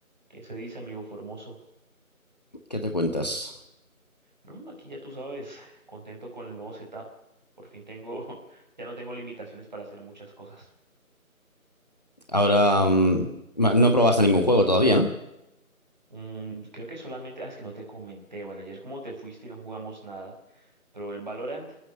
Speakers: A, on the right (about 30°); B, on the left (about 30°).
A: ¿Qué se dice, amigo Formoso?
B: ¿Qué te cuentas?
A: No, aquí ya tú sabes, contento con el nuevo setup. Por fin tengo, <laughs> ya no tengo limitaciones para hacer muchas cosas.
B: Ahora, mm, ma- no probaste ningún juego todavía, ¿no?
A: Mm, creo que solamente, ah, es que no te comenté. Bueno, ayer como te fuiste y no jugamos nada, pero el Valorant,